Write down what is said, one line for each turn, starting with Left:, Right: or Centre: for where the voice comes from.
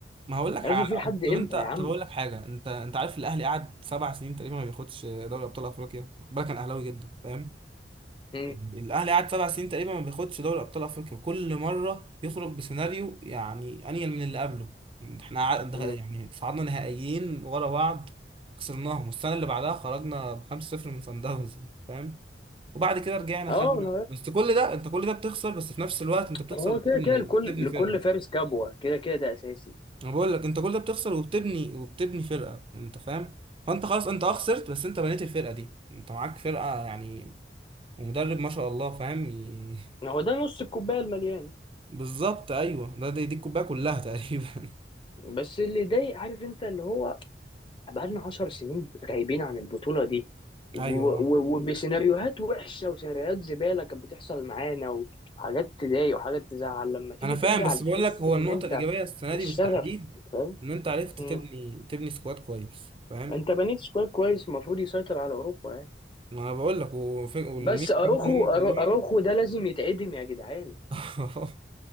Right: ما هقول لك
Left: هنفضل
Right: حاجه
Left: فيه لحد امتى
Right: طب انت طب
Left: يا عم؟
Right: اقول لك حاجه انت انت عارف الاهلي قعد سبع سنين تقريبا ما بياخدش دوري ابطال افريقيا خد بالك انا اهلاوي جدا فاهم
Left: مم.
Right: يعني الاهلي قعد سبع سنين تقريبا ما بياخدش دوري ابطال افريقيا وكل مره يخرج بسيناريو يعني انيل من اللي قبله احنا ع- دخ-
Left: مم.
Right: يعني صعدنا نهائيين ورا بعض خسرناهم والسنه اللي بعدها خرجنا ب 5-0 من صن داونز فاهم وبعد كده رجعنا
Left: اه
Right: خدنا بس كل ده انت كل ده بتخسر بس في نفس الوقت انت بتخسر
Left: هو
Right: وبتبني
Left: كده كده لكل
Right: بتبني
Left: لكل
Right: فرقه
Left: فارس كبوة كده كده ده أساسي
Right: انا بقول لك انت كل ده بتخسر وبتبني وبتبني فرقه انت فاهم فانت خلاص انت اه خسرت بس انت بنيت الفرقه دي انت معاك فرقه يعني ومدرب ما شاء الله فاهم <laughs>
Left: هو ده نص الكوباية المليان
Right: بالظبط ايوه ده دي, دي الكوبايه كلها تقريبا
Left: بس اللي يضايق عارف أنت اللي هو بقالنا عشر سنين غايبين عن البطولة دي
Right: <laughs>
Left: و-
Right: ايوه
Left: و-
Right: آه.
Left: وبسيناريوهات وحشة وسيناريوهات زبالة كانت بتحصل معانا وحاجات تضايق وحاجات تزعل لما تيجي
Right: انا فاهم
Left: ترجع
Right: بس
Left: تحس
Right: بقول لك هو
Left: إن
Right: النقطه
Left: أنت
Right: الايجابيه السنه
Left: الشغف
Right: دي بالتحديد
Left: فاهم
Right: ان انت عرفت
Left: مم.
Right: تبني تبني سكواد كويس فاهم
Left: أنت بنيت سكواد كويس المفروض يسيطر على أوروبا يعني
Right: ما انا بقول لك وف- والميزه
Left: بس أروخو
Right: كمان ان هم
Left: أرو-
Right: كلهم
Left: أروخو ده لازم يتعدم يا جدعان
Right: <laughs>